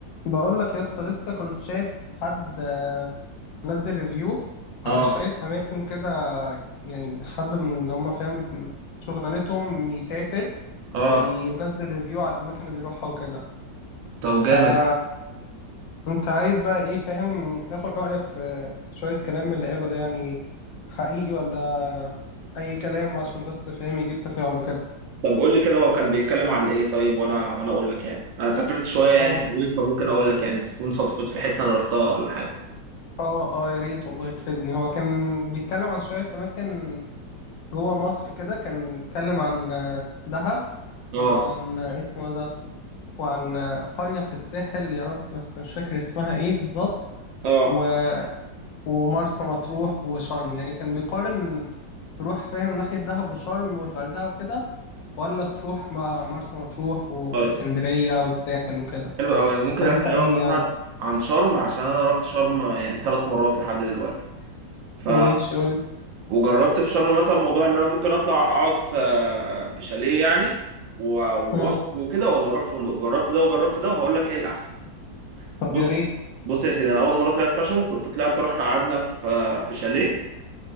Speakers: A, on the left; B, on the right.
A: بقول لك يا اسطى لسه كنت شايف حد منزل ريفيو على
B: اه
A: شوية أماكن كده يعني حد من اللي هم فاهم شغلانتهم يسافر
B: اه
A: وينزل ريفيو على الأماكن اللي بيروحها وكده
B: طب
A: فكنت
B: جامد
A: عايز بقى إيه فاهم آخد رأيك في شوية كلام من اللي قاله ده يعني حقيقي ولا أي كلام عشان بس فاهم يجيب تفاعل وكده
B: طب قول لي كده هو كان بيتكلم عن ايه طيب وانا وانا اقول لك يعني انا سافرت شويه يعني
A: أو
B: حلوين فممكن اقول لك يعني تكون صدفت في حته انا رحتها ولا حاجه
A: آه آه يا ريت والله تفيدني هو كان بيتكلم عن شوية أماكن جوه مصر كده كان اتكلم عن آه، دهب
B: اه
A: وعن آه، اسمه إيه ده وعن آه، قرية في الساحل يا رب بس مش فاكر اسمها ايه بالظبط
B: اه
A: و- ومرسى مطروح وشرم يعني كان بيقارن تروح فاهم ناحية دهب وشرم والغردقة وكده ولا تروح مع مرسى مطروح واسكندرية
B: طيب
A: والساحل وكده
B: حلو قوي انا ممكن
A: فانت
B: اكلمك
A: ايه يعني
B: مثلا عن شرم عشان انا رحت شرم يعني ثلاث مرات لحد دلوقتي ف
A: ماشي قول
B: وجربت في شرم مثلا موضوع ان انا ممكن اطلع اقعد في في شاليه يعني و...
A: مم.
B: و- وكده ولا اروح فندق جربت ده وجربت ده وهقول لك ايه الاحسن
A: طب
B: بص
A: يا ريت
B: بص يا سيدي انا اول مره طلعت فاشن كنت طلعت رحنا قعدنا في في شاليه